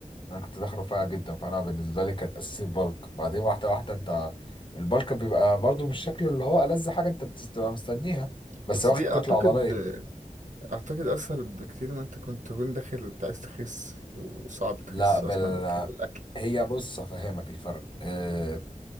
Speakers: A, on the left; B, on the right.
A: انا كنت داخل رفيع جدا فانا بالنسبه لي كانت اساسي البلك بعدين واحده واحده انت البلك بيبقى برضو مش شكله اللي هو ألذ حاجه انت بتبقى مستنيها بس
B: بس
A: واخد
B: دي اعتقد
A: كتله عضليه
B: اعتقد اسهل بكتير ما انت كنت تكون داخل انت عايز تخس وصعب تخس
A: لا بل
B: اصلا وبتحب الاكل
A: هي بص افهمك الفرق آه،